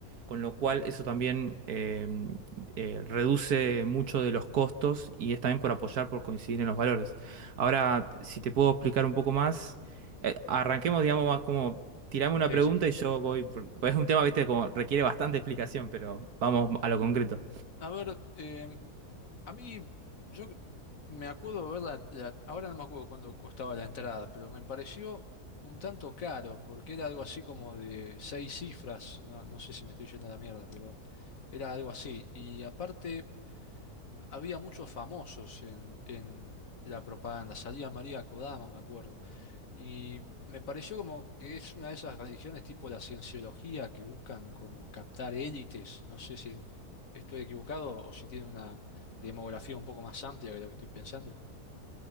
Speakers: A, on the right; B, on the left.
A: con lo cual eso también eh, eh, reduce mucho de los costos y es también por apoyar, por coincidir en los valores. Ahora, si te puedo explicar un poco más, eh, arranquemos, digamos, más como tirame una
B: sí,
A: pregunta
B: sí.
A: y yo voy, porque es un tema, viste, como requiere bastante explicación, pero vamos a lo concreto.
B: A ver, eh, a mí, yo me acuerdo ver la, la- ahora no me acuerdo cuándo costaba la entrada, pero me pareció un tanto caro, porque era algo así como de seis cifras, no, no sé si me estoy yendo a la mierda, pero era algo así. Y aparte, había muchos famosos en, en la propaganda, salía María Kodama, me acuerdo. Y me pareció como que es una de esas religiones tipo la cienciología que buscan como captar élites. No sé si estoy equivocado o si tiene una demografía un poco más amplia que lo que estoy pensando.